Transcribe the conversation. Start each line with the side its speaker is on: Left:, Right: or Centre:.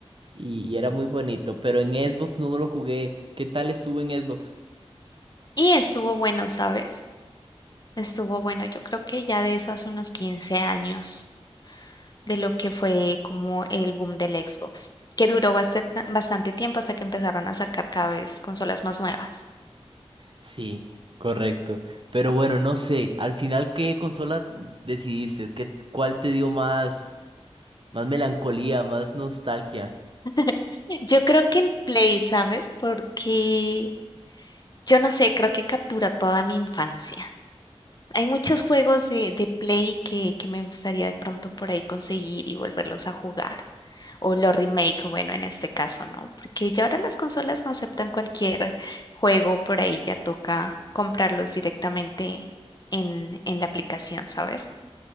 Right: Y, y era muy bonito, pero en Xbox no lo jugué. ¿Qué tal estuvo en Xbox?
Left: Y estuvo bueno, ¿sabes? Estuvo bueno. Yo creo que ya de eso hace unos 15 años, de lo que fue como el boom del Xbox, que duró bastante, bastante tiempo hasta que empezaron a sacar cada vez consolas más nuevas.
Right: Sí, correcto. Pero bueno, no sé, al final, ¿qué consola decidiste? ¿Qué, cuál te dio más, más melancolía, más nostalgia?
Left: <laughs> Yo creo que el Play, ¿sabes? Porque Yo no sé, creo que captura toda mi infancia. Hay muchos juegos de, de Play que, que me gustaría de pronto por ahí conseguir y volverlos a jugar. O los remake, bueno, en este caso, ¿no? Porque ya ahora las consolas no aceptan cualquier juego, por ahí ya toca comprarlos directamente en, en la aplicación, ¿sabes?